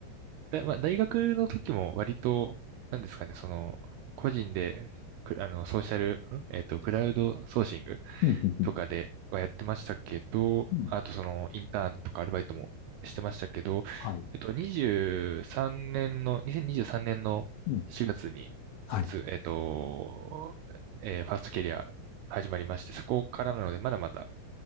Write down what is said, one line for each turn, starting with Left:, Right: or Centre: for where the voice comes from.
Right: だ、まあ、大学の時も割と、なんですかね、その、個人で、くあの、ソーシャル、んえっと、クラウドソーシング
Left: うんうんうん
Right: とかではやってましたけど、
Left: うん
Right: あとその、インターンとかアルバイトもしてましたけど、
Left: はい。
Right: えっと、23年の、2023年の4月に、
Left: うんはい。
Right: 卒、えっと、えーファーストキャリア始まりまして、そこからなので、まだまだ